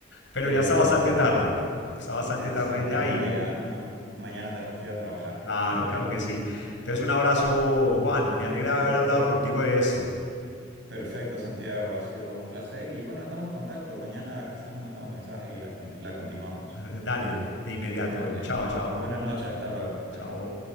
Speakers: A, on the left; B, on the right.
A: Pero
B: Pero
A: ya está bastante tarde. Está bastante
B: exactamente,
A: tarde ya y
B: ya ma- mañana tenemos que ir a trabajar.
A: claro,
B: <laughs>
A: claro que sí. Entonces un abrazo, Juan. Me alegra
B: Per-
A: haber hablado
B: per-
A: contigo de esto.
B: perfecto, Santiago, ha sido un placer y bueno, estamos en contacto. Mañana quizás nos mandamos mensajes y las cont- la continuamos.
A: <laughs> Dale, de inmediato.
B: Ok,
A: Bueno, chao,
B: bu-
A: chao,
B: buenas noches, hasta luego. Bye
A: chao.
B: bye.